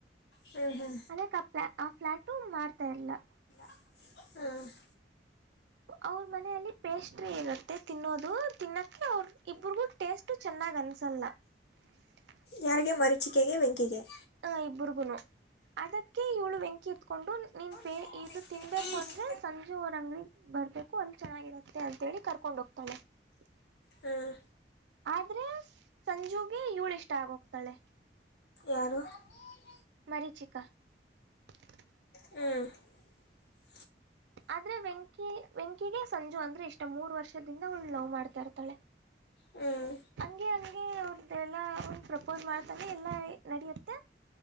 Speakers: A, on the left; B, on the right.
A: ಹ್ಞೂ ಹ್ಞೂ
B: ಅದಕ್ಕೆ ಪ ಆ ಫ್ಲ್ಯಾಟು ಮಾರ್ತಾ ಇಲ್ಲ? <unintelligible>
A: ಹೂ <unintelligible>
B: ಅವರ ಮನೆಯಲ್ಲಿ ಪೇಸ್ಟ್ರಿ ಇರುತ್ತೆ ತಿನ್ನೋದು ತಿನ್ನಕ್ಕೆ ಅವರ ಇಬ್ರಗೂ ಟೇಸ್ಟ್ ಚ <unintelligible> ಚನ್ನಾಗ ಅನ್ಸೋಲ್ಲ? <unintelligible>
A: ಯಾರಿಗೆ ಮರೀಚಿಕೆಗೆ ವೆಂಕಿಗೆ, <unintelligible>
B: ಹ ಇಬ್ರಗೂನು ಅದಕ್ಕೆ ಇವಳ <unintelligible> ವೆಂಕಿ ಇತ್ಕೊಂಡು ನೀನ್ ಪೇ
A: ಹ್ಞೂ
B: ಇದು ತಿನ್ಬೇಕು ಅಂದ್ರೆ ಸಂಜು ಅವರ ಅಂಗಡಿಗ ಬರ್ಬೇಕು ಅಲ್ಲಿ ಚೆನ್ನ <unintelligible> ಗಿರುತ್ತೆ ಅಂತ ಹೇಳಿ ಕರ್ಕೊಂಡ ಹೋಗ್ತಾಳೆ. <unintelligible>
A: ಹ್ಮ್
B: ಆದ್ರೆ ಸಂಜುಗೆ ಇವಳ ಇಷ್ಟ ಆಗೋಗ್ತಾಳೆ. <unintelligible>
A: ಯಾರು? <unintelligible>
B: ಮರೀಚಿಕಾ. <unintelligible>
A: ಹೂ <unintelligible>
B: ಆದರೇ ವೆಂಕಿ ವೆಂಕಿಗೆ ಸಂಜು ಅಂದ್ರೆ ಇಷ್ಟ ಮೂರು ವರ್ಷದಿಂದ ಅವಳು ಲವ್ ಮಾಡ್ತಾ ಇರ್ತಾಳೆ. <unintelligible>
A: ಹ್ಮ್ ಹ್ಮ್
B: ಹಂಗೆ ಹಂಗೆ ಅವ್ರ್ದೆಲ್ಲ ಅವ್ನ್ ಪ್ರಪೋಸ್ ಮಾಡ್ತಾನೆ ಎಲ್ಲ ನಡೆಯುತ್ತೆ